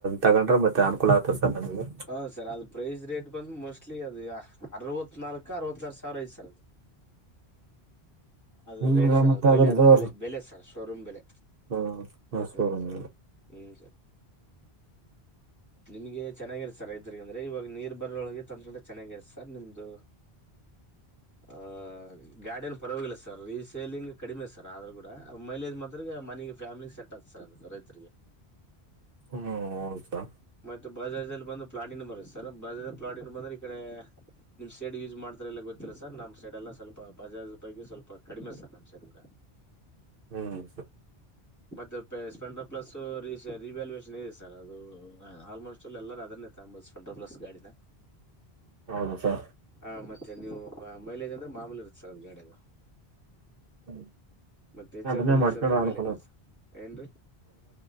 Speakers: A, on the right; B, on the left.
A: ತಗೊಂಡ್ರೆ ಮತ್ತೆ ಅನುಕೂಲ ಆಗ್ತದೆ ಸರ್ ನಮಗೆ
B: ಹಾ ಸರ್ ಅದು ಪ್ರೈಸ್ ರೇಟ್ ಬಂದು ಮೋಸ್ಟ್ಲಿ ಅದು ಅರವತ್ತು ಇತ್ನಾಲ್ಕು ಅರವತ್ಆರು ಸಾವಿರ ಐ್ತರ್ ಅದು
A: ಈಗ
B: ರೇಟ್ ಸರ್
A: ಮತ್ತೆ
B: ಅದು ಬೆಲೆ
A: ಅದ್ರದ್ದು
B: ಅದ್ರ ಬೆಲೆ ಬೆಲೆ ಸರ್ ಶೋರೂಮ್ ಬೆಲೆ
A: ಹ್ಞೂ ಶೋರೂಮ್
B: ಹ್ಮ್ ಹ್ಮ್ ಸರ್ ನಿಮ್ಗೆ ಚೆನ್ನಾಗಿರುತ್ತೆ ಸರ್ ಐದರಿರಿಗೆ ಅಂದ್ರೆ ಇವಾಗ ನೀರ್ ಬರೊಳಗೆ ತಂದಕ ಚೆನ್ನಾಗಿರುತ್ತೆ ಸರ್ ನಿಮ್ದು ಆಹ ಗಾಡಿಯನ್ ಪರವಾಗಿಲ್ಲ ಸರ್ ಸರ್ ರೀಸೇಲಿಂಗ್ ಕಡಿಮೆ ಸರ್ ಆದ್ರೂ ಕೂಡ ಮೈಲೇಜ್ ಮಾತ್ರಗೆ ಮನೆಗೆ ಫ್ಯಾಮಿಲಿ ಸೆಟ್ ಆತ ಸರ್ ಅ ರೈತರಿಗೆ.
A: ಹ್ಮ ಹೌದಾ
B: ಮತ್ತೆ ಬಜಾಜ್ ಅಲ್ಲಿ ಬಂದು ಪ್ಲಾಟಿನ್ ಬರುತ್ತೆ ಸರ್ ಬಜಾಜ್ ಪ್ಲಾಟಿನಾ ಬಂದ್ರೆ ಈ ಕಡೆ ನಿಮ್ ಸೈಡ್ ಯೂಸ್ ಮಾಡ್ತಾರೆ ಎಲ್ಲ ಗೊತ್ತಿಲ್ಲ ಸರ್ ನಮ್ ಸೈಡ್ ಎಲ್ಲ ಸ್ವಲ್ಪ ಬಜಾಜ್ ಬಗ್ಗೆ ಸ್ವಲ್ಪ. ಕಡಿಮೆ ಸರ್ ನಮ್ ಸೈಡ್ ಕೂಡ.
A: ಹ್ಮ್
B: the phase fun the plus - sorry sir revaluation is - ಅದು ಆಲ್ಮೋಸ್ಟ್ ಆಲ್ ಎಲ್ಲರ ಅದನ್ನೇ ತೊಗೊಮ್ಬದು ಸ್ಪೆಂಡರ ಪ್ಲಸ್ ಗಾಡಿನ.
A: ಹೌದು ಸರ
B: ಆ ಮತ್ತೆ ನೀವು ಮೈಲೇಜ್ ಅಂದ್ರೆ ಮಾಮೂಲಿ ಇರುತ್ತ ಸರ್ ಅ ಗಾಡಿಯದು. <inaudible>
A: <unintelligible>
B: ಮತ್ತೆ ಹೆಚ್ಫ
A: ಅದನ್ನೇ
B: ಎಫ್ ಡಿಲಕ್ಸ್
A: ಮಾಡ್ಕೊಂಡ್ರೆ
B: ಅದ್ರೆ ಮೈಲೇಜ್ಸ್
A: ಅನುಕೂಲ ಆಯ್ತು
B: ಹೆಚ್ಚು ಏನ್ರಿ.